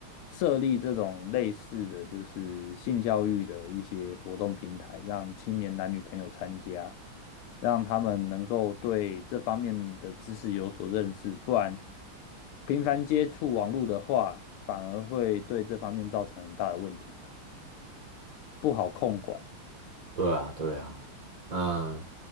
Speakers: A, on the left; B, on the right.
A: 设立这种类似的就是性教育的一些活动平台，让青年男女朋友参加，让他们能够对这方面的知识有所认识，不然频繁接触网络的话，反而会对这方面造成很大的问题啊，不好管。
B: 对啊，对啊。嗯。